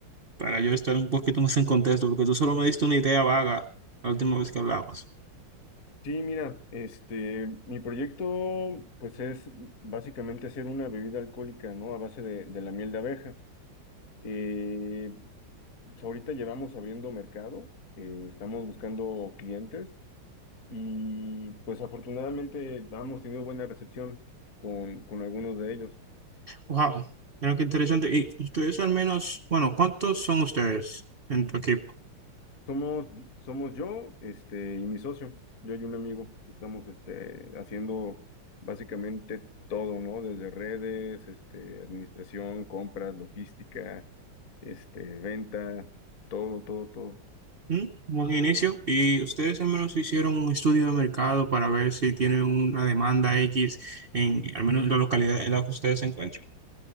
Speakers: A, on the right; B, on the left.
A: para yo estar un poquito más en contexto, porque tú solo me diste una idea vaga la última vez que hablamos.
B: sí, mira, este, mi proyecto, pues es básicamente hacer una bebida alcohólica, ¿no? A base de, de la miel de abeja. Eh, pues, ahorita llevamos abriendo mercado, eh, estamos buscando clientes y pues afortunadamente hemos tenido buena recepción con, con algunos de ellos.
A: Wow, mira qué interesante. Y ustedes al menos, bueno, ¿cuántos son ustedes en tu equipo?
B: Somos, somos yo, este, y mi socio. Yo y un amigo. Estamos, este, haciendo básicamente todo, ¿no? Desde redes, este, administración, compras, logística, este, venta, todo, todo, todo.
A: ¿Mm? Buen inicio. Y ustedes al menos hicieron un estudio de mercado para ver si tienen una demanda X en al menos en la localidad en la que ustedes se encuentran.